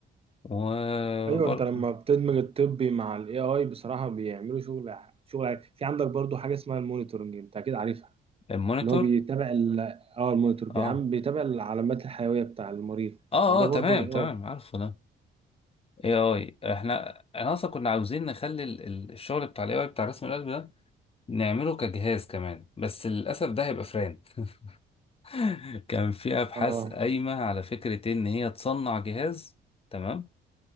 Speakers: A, on the left; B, on the right.
A: وبرضو
B: ايوه انت لما بتدمج الطبي مع الاي اي بصراحة بيعملوا شغل شغل عالي. في عندك برضه حاجة اسمها المونيتورنج انت اكيد عارفها
A: المونيتور
B: اللي هو بيتابع ال اه المونيتور بيعمل
A: اه
B: بيتابع العلامات الحيوية بتاع المريض
A: اه
B: ما ده
A: اه
B: برضه
A: تمام
B: اي اي
A: تمام عارفه ده اي اي احنا انا اصلا كنا عاوزين نخلي ال- ال- الشغل بتاع الاي اي بتاع رسم القلب ده نعمله كجهاز كمان بس للاسف ده هيبقى فران <laughs> كان في ابحاث
B: اه
A: قايمه على فكره ان هي تصنع جهاز تمام